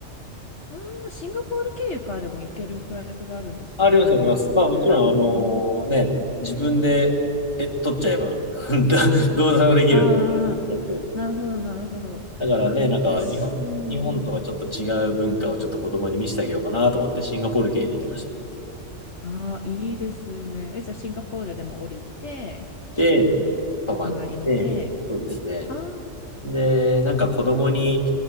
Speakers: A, on the left; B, on the left.
A: ああ、シンガポール経由からでも行けるフライトがあるんですね。
B: あります、あります。
A: バリ島まで。
B: まあもちろん、あのね、
A: へえ。
B: 自分で、え、取っちゃえば、<laughs> どどうでもできるんで。
A: ああ、
B: そうそうそう
A: なるほどなるほど。
B: だからね、なんか日本、
A: 私、うん。
B: 日本とはちょっと違う文化をちょっと子供に見せてあげようかなと思って、シンガポール経由で行きましたね。
A: ああ、いいですね。え、じゃあシンガポールでも降りて、ちょっとみ、
B: で、泊まって、
A: 周り見て。
B: そうですね。
A: ああ、
B: で、なんか子供に、